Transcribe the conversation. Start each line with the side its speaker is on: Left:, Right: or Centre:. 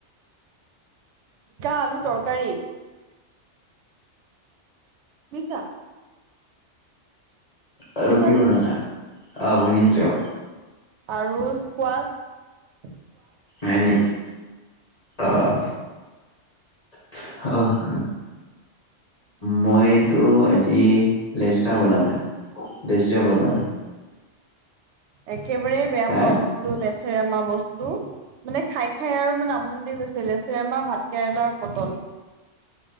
Right: জিকা আলু তৰকাৰী। বুইছা? শুনিছানে
Left: আৰু কি বনালা? অ', শুনিছোঁ।
Right: আৰু স্কোৱাছ।
Left: হয় নেকি? অ'। <unintelligible> মইটো আজি লেচৰা বনালা, লেচৰা বনালোঁ‌।
Right: একেবাৰে বেয়া
Left: হা
Right: পোৱা বস্তু, লেচেৰা মাহ বস্তু। মানে খাই খাই আৰু মানে আমনি লাগি গৈছে, লেছেৰা মাহ, ভাত কেৰেলা, আৰু পটল।